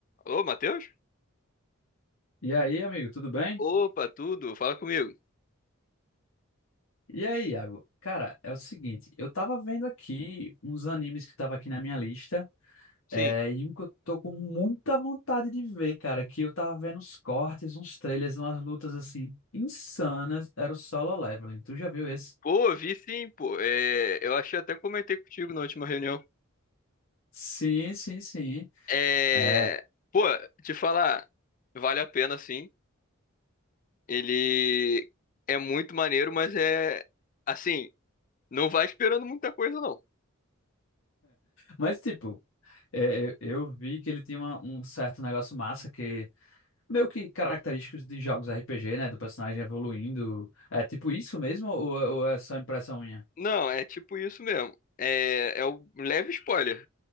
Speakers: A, on the left; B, on the left.
A: Alô, Matheus?
B: E aí, amigo, tudo bem?
A: Opa, tudo? Fala comigo.
B: E aí, Iago? Cara, é o seguinte, eu tava vendo aqui uns animes que tava aqui na minha lista,
A: Sim.
B: é, e um que eu tô com muita vontade de ver, cara, que eu tava vendo uns cortes, uns trailers, umas lutas assim insanas, era o Solo Leveling. Tu já viu esse?
A: Pô, vi sim, pô. É, eu achei até comentei contigo na última reunião.
B: Sim, sim, sim.
A: É,
B: É,
A: pô, te falar, vale a pena sim. Ele é muito maneiro, mas é assim, não vai esperando muita coisa, não.
B: mas tipo, é, eu, eu vi que ele tinha uma- um certo negócio massa que meio que característicos de jogos RPG, né, do personagem evoluindo. É tipo isso mesmo ou ou é só impressão minha?
A: Não, é tipo isso mesmo. É, é um leve spoiler.